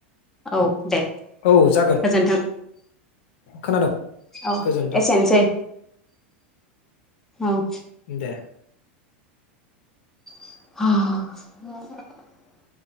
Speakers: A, in the centre; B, on the left.
A: औ दे
B: औ जागोन
A: गोजोन्थों
B: खोनादों
A: औ
B: गोजोन्थों
A: एसेनोसै औ
B: दे
A: ह